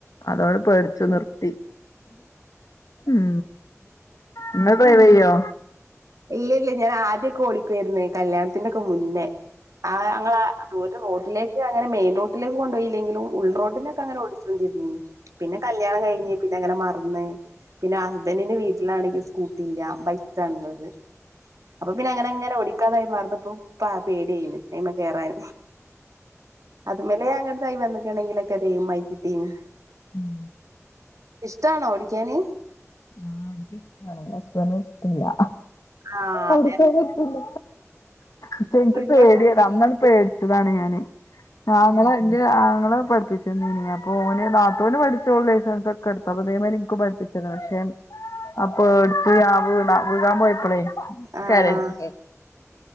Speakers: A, on the left; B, on the right.
A: അതോട് പേടിച്ചു നിർത്തി ഉം ഇങ്ങൾ ഡ്രവെയ്യൊ
B: ഇല്ലല്ല ഞാൻ ആദ്യൊക്കെ ഓടിക്കേ രുന്നു. കല്യാണത്തിന്റെ ഒക്കെ മുന്നേ ആഹ് ഞങ്ങളെ ദൂര റോഡിലേക്ക് അങ്ങനെ മെയിൻ റോട്ടിലേക്ക് കൊണ്ടോയില്ലെങ്കിലും ഉൾറോട്ടിലൊക്കെ അങ്ങനെ ഓടിച്ചുകൊണ്ടിരുന്നിനി. പിന്നെ കല്യാണം കഴിഞ്ഞ് പിന്നെ അങ്ങനെ മറന്ന് പിന്നെ ആ ഹസ്ബന്റിന്റെ വീട്ടിലാണെങ്കിൽ സ്കൂട്ടി ഇല്ല ബൈക്കാണ് ഇള്ളത്. അപ്പ പിന്നെ അങ്ങനെ അങ്ങനെ ഓടിക്കാതായി മാറന്നപ്പം പ പേടിയായിന് അയ്മ കേറാൻ. അതു മലെ അങ്ങെട്തായി വന്നിക്ക്ണെങ്കിലൊക്കെ അത് എയ് മായി കിട്ടീനി.
A: ഉം
B: ഇഷ്ടാണോ ഓടിക്കാന്
A: ആന് എനിക്ക് ഇഷ്ടാണ് ഹസ്ബന്റിനെ ഇഷ്ടല്ലാ
B: ആഹ്
A: ഓടിക്കാൻ പറ്റില്ല. ഇപ്പ ഇൻക്ക്
B: എന്നോട്
A: പേട്യാണ്.
B: പറയും
A: അന്നാണ്ട് പേടിച്ചതാണ് ഞാന്. ആഹ് ഇങ്ങള്. ഇന്റെരു ആങ്ങളെ പഠിപ്പിച്ചെന്നേനി. അപ്പൊ ഓന് നാത്തൂന് പഠിച്ചോള് ലൈസൻസൊക്കെ എടുത്തു അപ്പ ഇതേമാതിരി ഇൻക്കും പഠപ്പിച്ചതാണ്. പക്ഷ അ പേട്ച്ച് ആ വീണ വികാൻ പോയപ്പളേ
B: ആഹ്
A: ശരോജിനി.